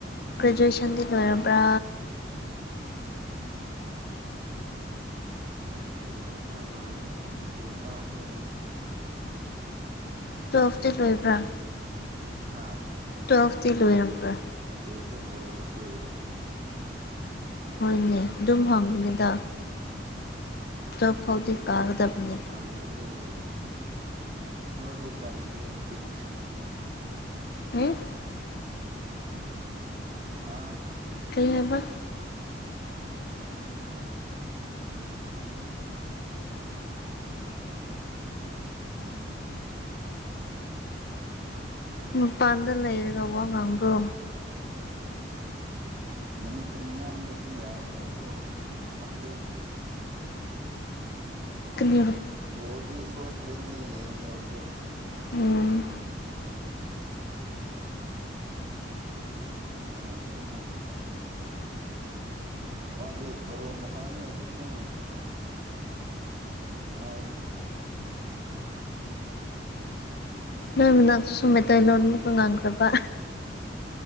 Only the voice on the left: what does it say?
ꯒ꯭ꯔꯦꯖꯨꯦꯁꯟꯗꯤ ꯂꯣꯏꯔꯕ꯭ꯔꯥ
ꯇꯨꯋꯦꯜꯐꯇꯤ ꯂꯣꯏꯕ꯭ꯔꯥ
ꯇꯨꯋꯦꯜꯐꯇꯤ
ꯂꯣꯏꯔꯕ꯭ꯔꯥ
ꯍꯣꯏꯅꯦ ꯑꯗꯨꯝ ꯍꯪꯕꯅꯤꯗ ꯇꯨꯋꯦꯜꯐ ꯐꯥꯎꯗꯤ
ꯀꯥꯒꯗꯕꯅꯤ
ꯍꯦ
ꯀꯩ ꯍꯥꯏꯕ
ꯃꯄꯥꯟꯗ ꯂꯩꯔꯒ ꯋꯥ ꯉꯥꯡꯕ꯭ꯔꯣ꯫
ꯀꯅꯤ
ꯎꯝ
ꯅꯣꯏ ꯃꯅꯥꯛꯛꯇ ꯁꯨꯝ ꯃꯩꯇꯩꯧ ꯂꯣꯟ ꯉꯥꯡꯈ꯭ꯔꯕ